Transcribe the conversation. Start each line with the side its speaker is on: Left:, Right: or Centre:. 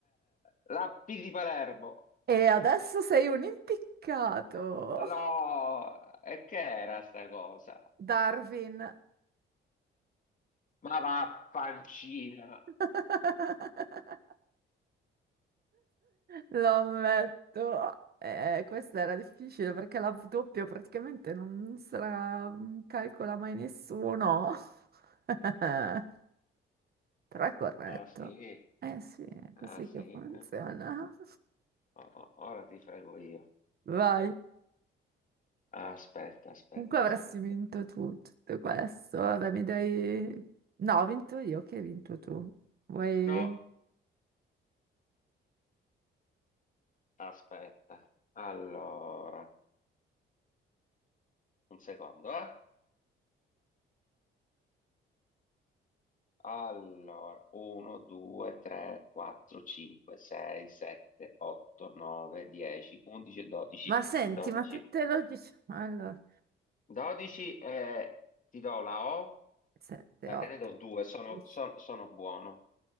Left: la P di Palermo,
Right: E adesso sei un impiccato.
Left: no, e che era sta cosa?
Right: Darwin.
Left: Ma va pancina.
Right: <laughs> Lo ammetto. Eh, eh, questa era difficile perché la W doppio praticamente non se la mm, calcola mai nessuno. <laughs> Però è corretto.
Left: Ah sì,
Right: Eh sì, è
Left: ah
Right: così
Left: sì,
Right: che funziona.
Left: Oh, oh, ora ti frego io.
Right: <laughs> Vai.
Left: Aspetta, aspetta,
Right: Comunque avresti
Left: aspetta.
Right: vinto tu tutto questo. Vabbè, mi dai... No, ho vinto io, che hai vinto tu. Vuoi...
Left: No. Aspetta, allora, un secondo, eh? Allora, 1, 2, 3, 4, 5, 6, 7, 8, 9, 10, 11 e 12.
Right: Ma senti,
Left: 12.
Right: ma tutte lo dici... Allora,
Left: 12 e ti do la O,
Right: 7,
Left: da
Right: 8,
Left: te ne do 2, sono,
Right: 10.
Left: son- sono buono.